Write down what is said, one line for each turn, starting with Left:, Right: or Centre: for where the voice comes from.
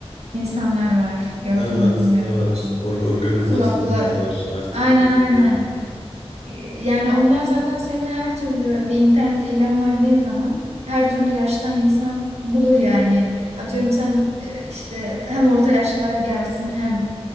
Right: insanlar var. Gördün
Left: Evet,
Right: mü bilmiyorum
Left: evet.
Right: hiç.
Left: Or organizasyoncular
Right: Club'la
Left: artık
Right: aynen
Left: ne
Right: aynen.
Left: denir?
Right: E, Yani onlar zaten senin her türlü bir internette ilan verdiğin zaman her türlü yaştan insan bulur yani. Atıyorum sen e, işte hem orta yaşlılar gelsin hem